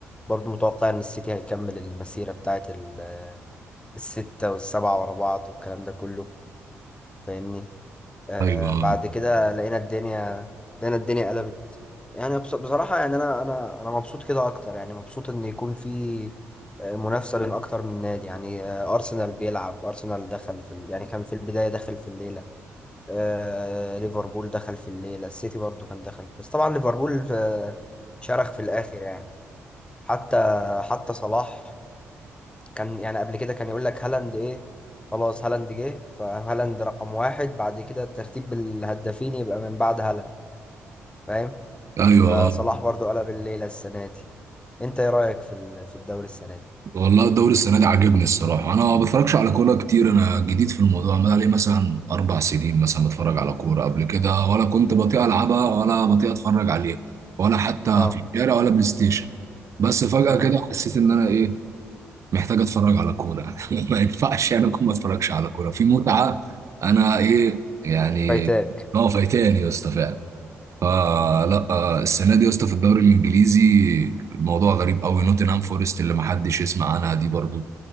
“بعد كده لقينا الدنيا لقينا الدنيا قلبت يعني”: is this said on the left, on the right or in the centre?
Left